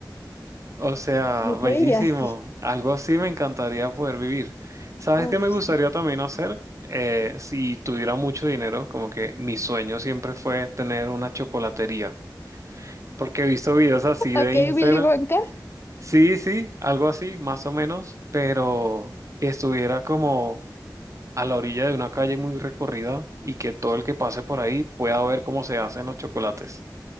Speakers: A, on the right; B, on the left.
A: O sea,
B: Yo creo
A: bellísimo.
B: que diría así.
A: Algo así me encantaría poder vivir. ¿Sabes
B: Uf,
A: qué me gustaría
B: sí.
A: también hacer? Eh, si tuviera mucho dinero, como que mi sueño siempre fue tener una chocolatería, porque he visto videos así de
B: Ok,
A: Instagram.
B: Willy Wonka.
A: Sí, sí, algo así, más o menos, pero que estuviera como a la orilla de una calle muy recorrida y que todo el que pase por ahí pueda ver cómo se hacen los chocolates.